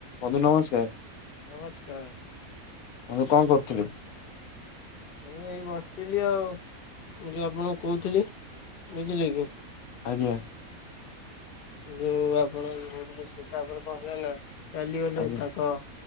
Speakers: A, on the left; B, on the left.
A: ବନ୍ଧୁ ନମସ୍କାର।
B: ନମସ୍କାର।
A: ବନ୍ଧୁ
B: ଆଉ କଣ
A: କରୁଥିଲେ?
B: ଖବର ମୁଁ ଏଇ ବସିଥିଲି ଆଉ। ମୁଁ ଯୋଉ ଆପଣଙ୍କୁ କହୁଥିଲି ବୁଝିଲେ କି?
A: ଆଜ୍ଞା।
B: ଯୋଉ ଆପଣ ଭୂବନେସି ତାପରେ କଣ ହେଲେ ନା ଚାଲିଗଲେ
A: ଆଜ୍ଞା
B: ତାଙ୍କ